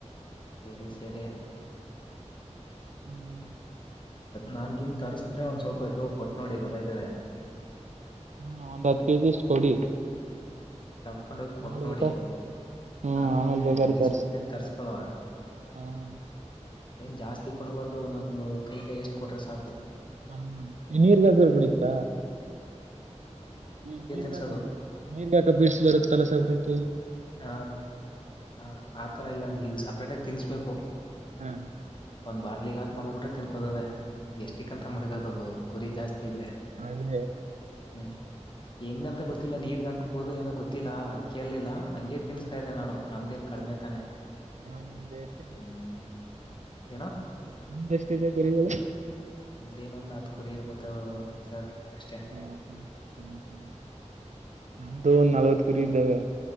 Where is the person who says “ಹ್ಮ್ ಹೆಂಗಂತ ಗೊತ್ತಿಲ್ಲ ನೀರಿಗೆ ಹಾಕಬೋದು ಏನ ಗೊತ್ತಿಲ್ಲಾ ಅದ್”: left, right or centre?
Left